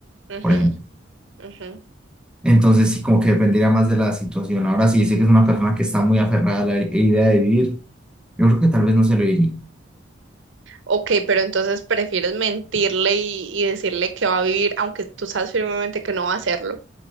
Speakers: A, on the right; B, in the centre.
A: Ujú,
B: por ejemplo.
A: ujú.
B: Entonces sí, como que dependería más de la situación. Ahora sí, dice que es una persona que está muy aferrada a la idea de vivir. Yo creo que tal vez no se lo diría.
A: Ok, pero entonces prefieres mentirle y, y decirle que va a vivir, aunque tú sabes firmemente que no va a hacerlo.